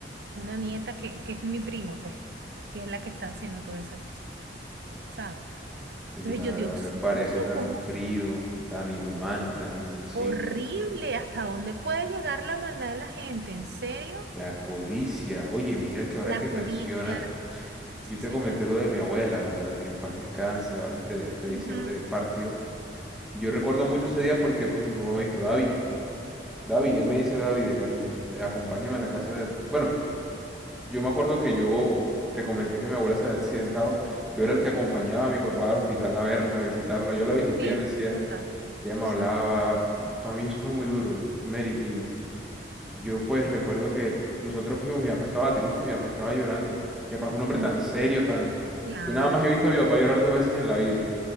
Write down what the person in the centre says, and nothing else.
Oye,
la
verdad
me parece
tan
frío, tan inhumano, tan insensible.
La codicia. Oye, mira que ahora
que
mencionas,
yo te
comenté lo de mi abuela, ¿verdad? Que en paz descanse, ahora este, este diciembre
partió. Y yo recuerdo mucho ese día porque pues mi papá me dijo, David, David, él me dice David de cariño, eh, acompáñame
a la casa de-". Bueno, yo me acuerdo que yo te comenté que mi abuela se había accidentado, yo era el que acompañaba a mi papá al hospital a verla, a visitarla, yo la visité,
ella me decía,
ella me
hablaba, para mí eso fue muy duro, Mary, yo pues recuerdo que nosotros fuimos, mi papá estaba triste, mi papá estaba llorando. Mi papá es un hombre
tan serio, tan...
Yo nada más he visto a mi papá llorar dos veces en la vida.